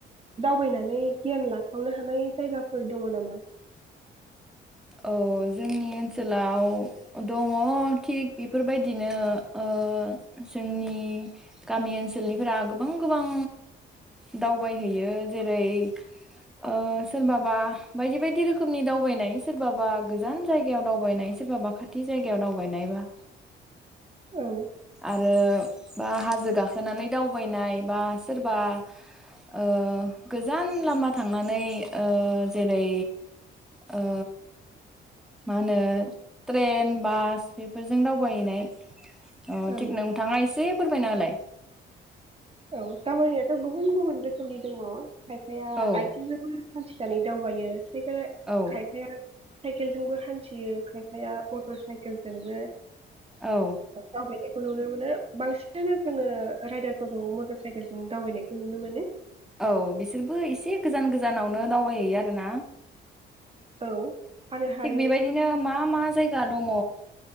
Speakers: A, on the right (about 30°); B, in the centre.
A: दावबायनानै गियान लाखावनो हानाय जायगाफोर दङ नामा।
B: औ जोंनि ओनसोलाव दङ थिग। बेफोरबायदिनो। ओ जोंनि गामि ओनसोलनिफोरा गोबां गोबां दावबायहैयो जेरै ओ सोरबाबा बायदि बायदि रोखोमनि दावबायनाय। सोरबाबा गोजान जायगायाव दावबायनाय सोरबाबा खाथि जायगायाव दावबायनायबा।
A: औ।
B: आरो बा हाजो गाखोनानै दावबायनाय बा सोरबा ओ गोजान लामा थांनानै ओ जेरै ओ। मा होनो ट्रेन बास बेफोरजों दावबायहैनाय। अ
A: औ
B: थिग नोंथाङा एसे। फोरबायना होलाय।
A: औ दावबायनायाथ' गो गुबुन गुबुन रोखोमनि दङ। खायफाया
B: औ
A: आइथिं जबो। खाथि खालि दावबायो। ख
B: औ
A: खायफाया। साइकेलजोंबो हान्थियो खायफाया मटर साइकेलजोंबो।
B: औ
A: <unintelligible> खौ नुनो मोनो बांसिनानो जोङो रायदार। फोर मटर साइकेलजों दावबायनायखौ नुनो मोनो।
B: औ बिसोरबो एसे गोजान गोजानावनो दाउ। <unintelligible> आरो ना।
A: औ। आरोहाय
B: थिग बेबायदिनो मा। मा जायगा दङ